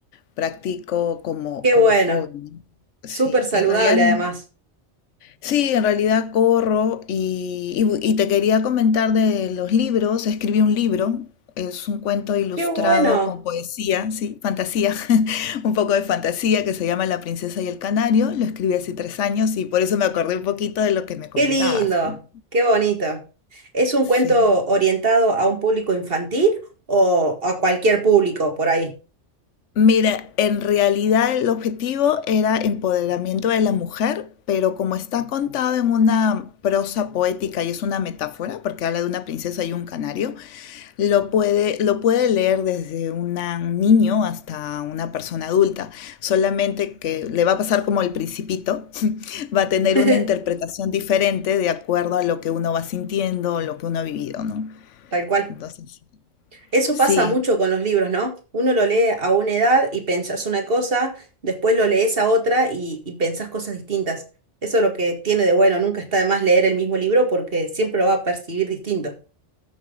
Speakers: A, on the left (about 80°); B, on the right (about 50°).
A: practico como,
B: Qué
A: como
B: bueno.
A: hobby. ¿no? Sí,
B: Súper saludable
A: en realidad... no.
B: además.
A: Sí, en realidad corro y, y bu- y te quería comentar de los libros. Escribí un libro, es un cuento ilustrado
B: Qué bueno.
A: con poesía, sí, fantasía, <laughs> un poco de fantasía que se llama La princesa y el canario. Lo escribí hace tres años y por eso me acordé un poquito de lo que me comentabas,
B: Qué lindo.
A: ¿no?
B: Qué bonito. ¿Es un
A: Sí.
B: cuento orientado a un público infantil o a cualquier público por ahí?
A: Mira, en realidad el objetivo era empoderamiento de la mujer, pero como está contado en una prosa poética y es una metáfora, porque habla de una princesa y un canario, Lo puede, lo puede leer desde una- un niño hasta una persona adulta, solamente que le va a pasar como el principito, <laughs> va a tener
B: <laughs>
A: una interpretación diferente de acuerdo a lo que uno va sintiendo, lo que uno ha vivido, ¿no?
B: Tal cual.
A: Entonces,
B: Eso
A: sí,
B: pasa mucho con los libros, ¿no? Uno lo lee a una edad y pensás una cosa, después lo lees a otra y, y pensás cosas distintas. Eso es lo que tiene de bueno, nunca está de más leer el mismo libro porque siempre lo va a percibir distinto,